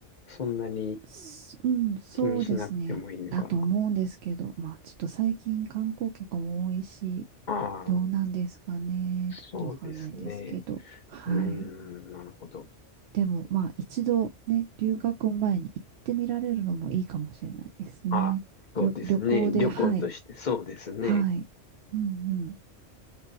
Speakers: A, on the left; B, on the right.
A: そんなに、
B: すうん、そうですね。
A: 気にしなくてもいいのかな。
B: だと思うんですけど、まあ、ちょっと最近観光客も多いし、
A: ああ、
B: どうなんですかね。ちょっとわかんないですけど、
A: そうですね。
B: はい。
A: うーん、なるほど。
B: でも、まあ、一度ね、留学前に行ってみられるのもいいかもしれないですね。
A: あ、そうですね。
B: 旅、旅行で、
A: 旅行として、
B: はい、
A: そうですね。
B: はい。うんうん。